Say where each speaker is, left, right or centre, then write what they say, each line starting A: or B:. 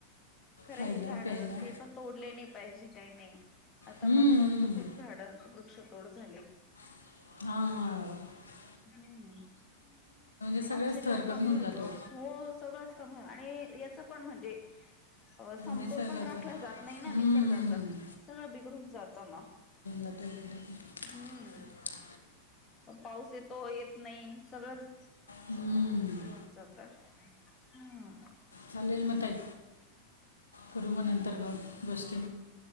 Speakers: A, on the left; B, on the left.
A: खरं
B: खायला
A: हे झाड
B: प्यायला
A: ते पण तोडले नाही पाहिजे. काही नाही आता
B: हम्म.
A: मध्ये मध्ये तर खूप झाडांचे वृक्षतोड झाले.
B: हा.
A: ह्म्म
B: सगळं
A: ऑक्सिजन
B: स्तर
A: कमी
B: होऊन
A: होतो
B: जातो
A: हो सगळंच. आणि याच पण म्हणजे? अ समतोल
B: निसर्गाचा
A: पण राखला जात नाही
B: हम्म.
A: ना निसर्गाचा सगळं बिघडून जातं मग?
B: <inaudible>
A: हम्म पाऊस येत- तो येत नाही सगळंच
B: हम्म.
A: येऊन जातय ह्म्म
B: चालेल मग तही करू मग नंतर कॉल गोष्टी